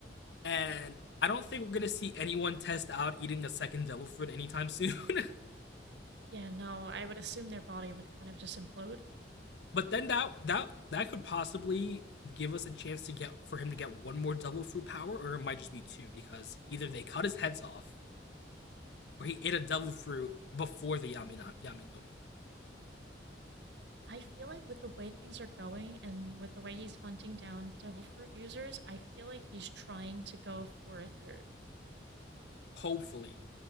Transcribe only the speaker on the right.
Yeah, no, I would assume their body would kind of just implode.
I feel like with the way things are going and with the way he's hunting down devil fruit users, I feel like he's trying to go for a third.